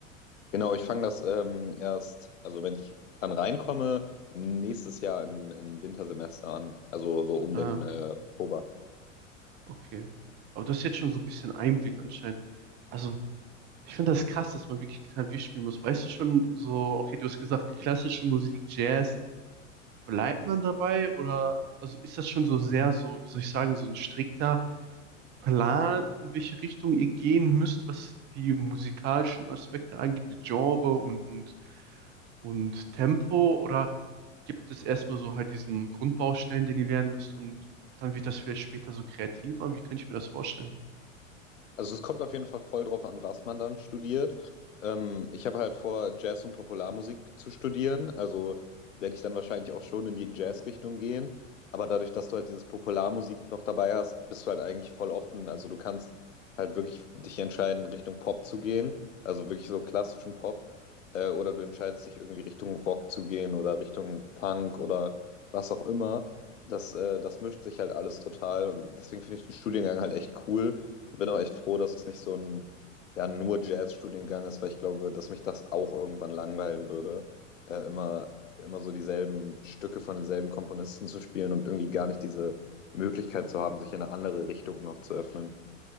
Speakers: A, on the left; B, on the right.
A: Genau, ich fange das ähm, erst, also wenn ich dann reinkomme, nächstes Jahr im, im Wintersemester an. Also so um
B: Ah,
A: den
B: okay,
A: äh, Oktober.
B: okay. Aber du hast jetzt schon so ein bisschen Einblick anscheinend. Also Ich finde das krass, dass man wirklich Klavier spielen muss. Weißt du schon so, okay, du hast gesagt, klassische Musik, Jazz, bleibt man dabei oder also ist das schon so sehr so, wie soll ich sagen, so ein strikter Plan, in welche Richtung ihr gehen müsst, was die musikalischen Aspekte angeht, wie Genre und, und, und Tempo oder gibt es erstmal so halt diesen Grundbaustein, den ihr lernen müsst und dann wird das vielleicht später so kreativer? Wie kann ich mir das vorstellen?
A: Also es kommt auf jeden Fall voll drauf an, was man dann studiert. Ähm, ich habe halt vor, Jazz und Popularmusik zu studieren. Also werde ich dann wahrscheinlich auch schon in die Jazz-Richtung gehen. Aber dadurch, dass du halt dieses Popularmusik noch dabei hast, bist du halt eigentlich voll offen. Also du kannst halt wirklich dich entscheiden, Richtung Pop zu gehen. Also wirklich so klassischen Pop. Äh, oder du entscheidest dich irgendwie Richtung Rock zu gehen oder Richtung Funk oder was auch immer. Das, äh, das mischt sich halt alles total. Und deswegen finde ich den Studiengang halt echt cool bin auch echt froh, dass es nicht so ein ja, nur Jazz-Studiengang ist, weil ich glaube, dass mich das auch irgendwann langweilen würde, äh, immer, immer so dieselben Stücke von denselben Komponisten zu spielen und irgendwie gar nicht diese Möglichkeit zu haben, sich in eine andere Richtung noch zu öffnen.